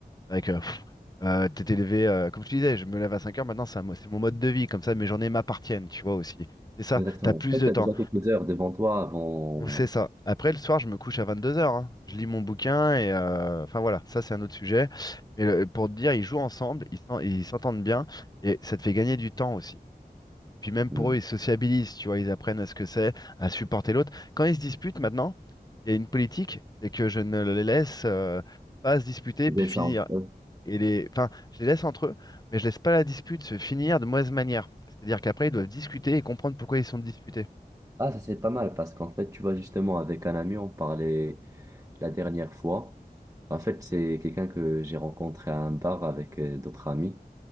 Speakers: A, on the left (about 25°); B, on the right (about 20°).
A: c'est vrai que pff, euh, t'étais levé, euh, comme je te disais, je me lève à 5 heures, maintenant c'est un mo- c'est mon mode de vie. Comme ça, mes journées m'appartiennent, tu vois aussi. C'est ça,
B: Exactement.
A: t'as plus
B: En fait,
A: de
B: t'as
A: temps.
B: déjà quelques heures devant toi avant
A: C'est ça. Après, le soir, je me couche à 22 heures. hein. Je lis mon bouquin et... euh, Enfin voilà, ça c'est un autre sujet. Mais euh, pour te dire, ils jouent ensemble, ils s'en- ils s'entendent bien et ça te fait gagner du temps aussi. Et puis même pour
B: Hmm.
A: eux, ils sociabilisent, tu vois, ils apprennent à ce que c'est, à supporter l'autre. Quand ils se disputent maintenant, il y a une politique, c'est que je ne les laisse euh, pas se disputer puis finir.
B: ça entre
A: Et les... Enfin, je les laisse entre eux, mais je laisse pas la dispute se finir de mauvaise manière. C'est-à-dire qu'après, ils doivent discuter et comprendre pourquoi ils sont disputés.
B: Ah, ça c'est pas mal parce qu'en fait, tu vois, justement, avec un ami, on parlait la dernière fois. En fait, c'est quelqu'un que j'ai rencontré à un bar avec euh, d'autres amis